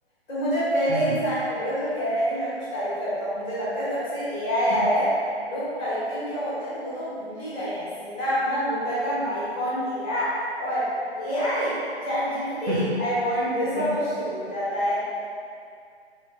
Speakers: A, on the left; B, on the right.
A: तुम मुझे पहले
B: हम्म
A: इंसान मिले हो जो कह रहा है कि मैं कुछ टाइप करता हूँ मुझे लगता है जब से एआई आया
B: हम्म।
A: है लोग टाइपिंग क्या होते हैं वो तो भूल ही गए हैं सीधा अपना गूगल का माइक ऑन किया और AI chat GPT
B: हम्म <laughs>
A: I want this और
B: हम्म।
A: वो शुरू हो जाता है